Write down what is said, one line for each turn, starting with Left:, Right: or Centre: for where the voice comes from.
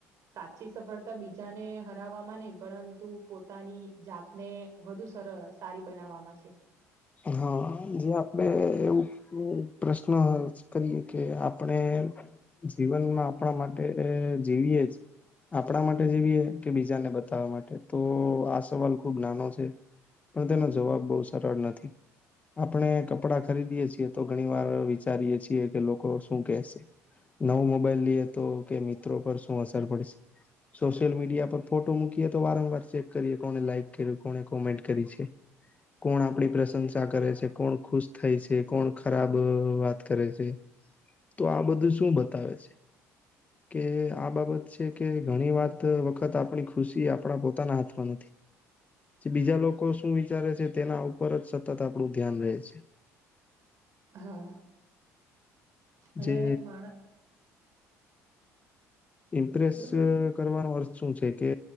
Right: સાચી સફળતા બીજાને હરાવવામાં નહી, પરંતુ પોતાની જાતને વધુ સર સારી બનાવવામાં છે.
Left: હા, જે આપડણે એવું પ્રશ્ન કરીએ કે આપણે જીવનમાં આપણા માટે જીવીએ જ આપણા માટે જેવીએ કે બીજાને બતાવવા માટે તો આ સવાલ ખુબ નાનો છે. પણ તેનો જવાબ બહુ સરળ નથી આપણે કપડાં ખરીદીએ છીએ તો ઘણી વાર વિચારીએ છીએ કે લોકો શું કેશે નવું મોબાઈલ લઈએ તો કે મિત્રો પર શું અસર પડશે સોશિયલ મીડિયા પર ફોટો મૂકીએ તો વારંવાર ચેક કરીએ કોને લાઈક કર કોને કોમેન્ટ કરી છે કોણ આપડી પ્રશંસા કરે છે કોણ ખુશ થાય છે કોણ ખરાબ વાત કરે છે તો આ બધું શું બતાવે છે કે આ બાબત છે કે ઘણી વાત વખત આપણી ખુશી આપણા પોતાના હાથમાં નથી બીજા લોકો શું વિચારે છે તેના ઉપર જ સતત આપણું ધ્યાન રહે છે
Right: હા અને
Left: જે
Right: માણ
Left: ઇમપ્રેસ
Right: બોલો બોલો
Left: કરવાનો અર્થ શું છે કે